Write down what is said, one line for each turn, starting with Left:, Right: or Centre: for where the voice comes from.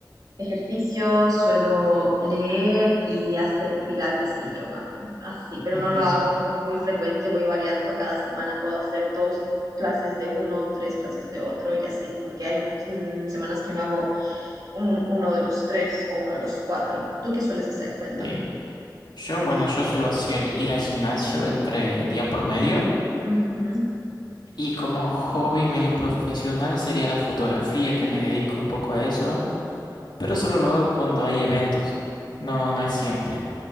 Right: ejercicio, suelo leer y hacer pilates y yoga, así, pero
Left: Ujú,
Right: no lo hago muy frecuente, voy variando, cada semana puedo hacer dos clases de uno, tres clases de otro y así, como que hay mm, semanas que no hago un- uno de los tres o uno de los cuatro. ¿Tú qué sueles hacer? Cuéntame.
Left: sí. Yo, bueno, yo suelo hacer ir al gimnasio entre día por medio.
Right: Ujú.
Left: Y como hobby medio profesional sería la fotografía, que me dedico un poco a eso. Pero solo lo hago cuando hay eventos. No, no es siempre.